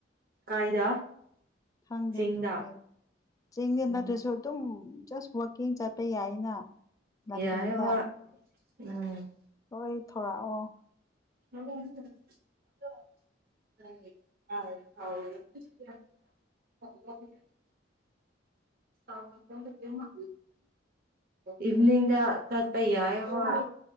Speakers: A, on the right; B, on the left.
A: ꯀꯥꯏꯗ
B: ꯈꯪꯗꯦ
A: ꯆꯤꯡꯗ
B: ꯑꯗꯨꯕꯨꯗꯤ ꯆꯤꯡꯗ ꯅꯠꯇ꯭ꯔꯁꯨ
A: ꯎꯝ
B: ꯑꯗꯨꯝ ꯁ ꯋꯥꯀꯤꯡ ꯆꯠꯄꯦ ꯌꯥꯏ ꯑꯩꯅ ꯂꯝꯕꯤꯗ
A: ꯌꯥꯏ ꯍꯣꯏ ꯎꯝ
B: ꯍꯣꯏ ꯊꯣꯔꯛꯑꯣ
A: <inaudible> ꯍꯥꯎ ꯀꯦꯃ ꯏꯚꯅꯤꯡꯗ ꯆꯠꯄ ꯌꯥꯏ ꯍꯣꯏ